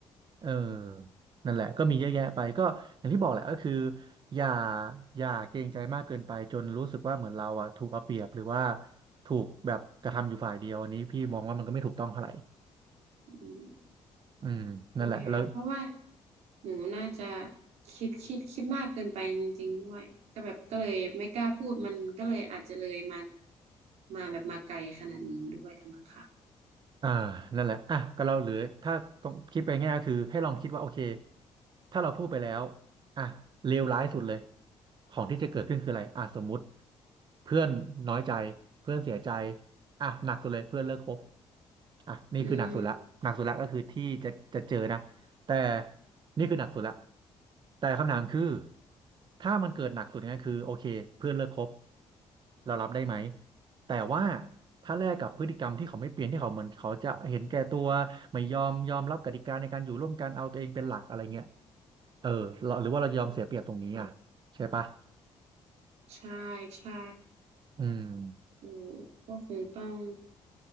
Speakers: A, on the right; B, on the right.
A: เออนั่นแหละก็มีเยอะแยะไปก็อย่างที่บอกแหละก็คืออย่าอย่าเกรงใจมากเกินไปจนรู้สึกว่าเหมือนเราอ่ะถูกเอาเปรียบหรือว่าถูกแบบกระทำอยู่ฝ่ายเดียวอันนี้พี่มองว่ามันก็ไม่ถูกต้องเท่าไหร่
B: อืม
A: อืมนั่นแหละแล้ว
B: โอเคค่ะเพราะว่าหนูน่าจะคิดคิดคิดมากเกินไปจริงๆด้วยก็แบบก็เลยไม่กล้าพูดมันก็เลยอาจจะเลยมามาแบบมาไกลขนาดนี้ด้วยละมั้งค่ะ
A: อ่านั่นแหละอ่ะก็เราเหลือถ้าต้องคิดไปง่ายก็คือให้ลองคิดว่าโอเคถ้าเราพูดไปแล้วอ่ะเลวร้ายสุดเลยของที่จะเกิดขึ้นคืออะไรอ่ะสมมุติเพื่อนน้อยใจเพื่อนเสียใจอ่ะหนักสุดเลยเพื่อนเลิกคบอ่ะนี่คือหนักสุดละหนักสุดละก็คือที่จะจะเจอนะแต่
B: อืม
A: นี่คือหนักสุดละแต่คำถามคือถ้ามันเกิดหนักสุดเนี่ยคือโอเคเพื่อนเลิกคบเรารับได้ไหมแต่ว่า ถ้าแลกกับพฤติกรรมที่เขาไม่เปลี่ยนที่เขาเหมือนเขาจะเห็นแก่ตัวไม่ยอมยอมรับกติกาในการอยู่ร่วมกันเอาตัวเองเป็นหลักอะไรเงี้ยเออเราหรือว่าเรายอมเสียเปรียบตรงนี้อ่ะใช่ปะ
B: ใช่ใช่
A: อืม
B: อืมก็คงต้อง